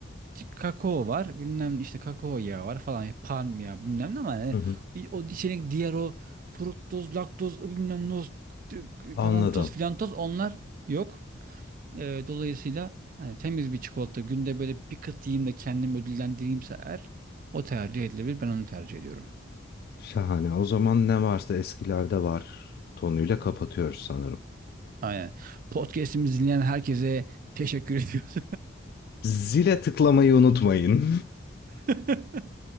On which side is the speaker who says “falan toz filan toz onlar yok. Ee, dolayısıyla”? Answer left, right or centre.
Right